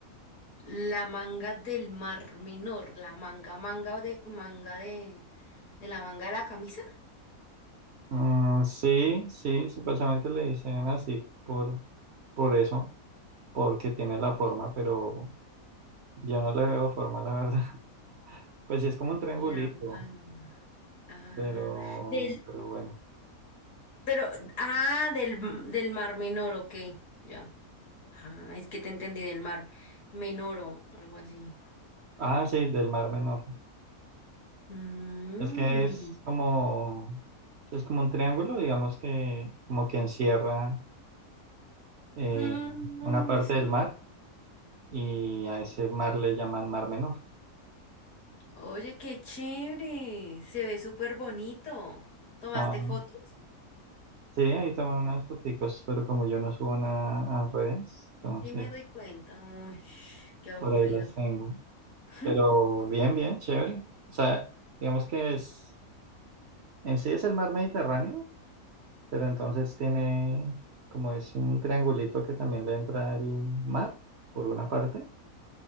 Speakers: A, on the left; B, on the right.
A: La manga del Mar Menor, la manga, manga de manga de, de la manga de la camisa.
B: Mm, sí, sí, supuestamente le dicen así por, por eso, porque tiene
A: De
B: la forma, pero yo no le veo forma, la verdad. <laughs> Pues sí, es como un triangulito,
A: La manga. Ah,
B: pero,
A: del,
B: pero bueno.
A: pero, ah, del, del Mar Menor, ok, ya. Ah, es que te entendí del Mar Menor o algo así.
B: Ah, sí, del Mar Menor.
A: Mmm.
B: Es que es como, es como un triángulo, digamos que como que encierra eh,
A: Mm,
B: una parte
A: sí.
B: del mar y a ese mar le llaman Mar Menor.
A: Oye, qué chévere. Se ve súper bonito. ¿Tomaste
B: Ah,
A: fotos?
B: sí, ahí toman unas foticos, pero como yo no subo nada a redes, entonces
A: Sí, me doy cuenta. Uy, qué aburrido.
B: por ahí las tengo.
A: <laughs>
B: Pero bien, bien, chévere. O sea, digamos que es, en sí es el mar Mediterráneo, pero entonces tiene, como es un triangulito que también le entra el mar por una parte.